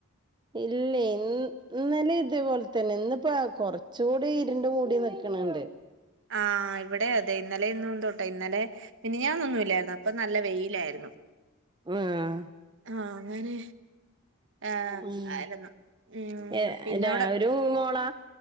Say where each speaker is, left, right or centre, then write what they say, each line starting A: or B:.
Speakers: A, on the right; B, on the right.
A: ഇല്ലേ, ഇ ഇന്നലെ ഇതേപോലെ- തന്നെ ഇന്നിപ്പ കുറച്ച് കൂടി ഇരുണ്ട് മൂടി നിക്ക. ക്കണണ്ട്!
B: ആഹ് ഇവിടെ അതെ ഇന്നലെന്നുംതോട്ടെ, ഇന്നലെ- മിന്നഞ്ഞന്നൊന്നുംല്ലായിരുന്നു, അപ്പോ നല്ല വെയിലായിരുന്നു.
A: ആഹ്
B: ആഹ.. അങ്ങനെ! ആ.. ആര്
A: ഉം
B: ആയിരുന്നു ഉം
A: ഏ
B: പിന്നവിടെ.
A: രാ ഒരു മോളാ